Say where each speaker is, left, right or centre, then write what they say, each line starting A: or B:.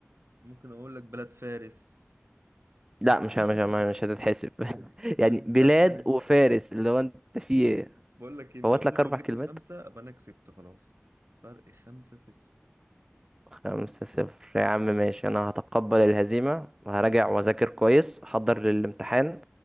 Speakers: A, on the right (about 85°); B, on the right (about 15°).
A: ممكن اقول لك بلاد فارس
B: لا مش
A: <laughs>
B: مش مش هتتحسب <laughs> يعني
A: ادي الستة
B: بلاد
A: أهي.
B: وفارس اللي هو انت فيه ايه
A: بقول لك إيه، انت
B: فوت
A: قلت
B: لك
A: لي
B: اربع
A: لو جبت
B: كلمات
A: خمسة ابقى انا كسبت خلاص فرق خمسة صفر
B: خمسة صفر يا عم ماشي انا هتقبل الهزيمة وهراجع واذاكر كويس احضر للامتحان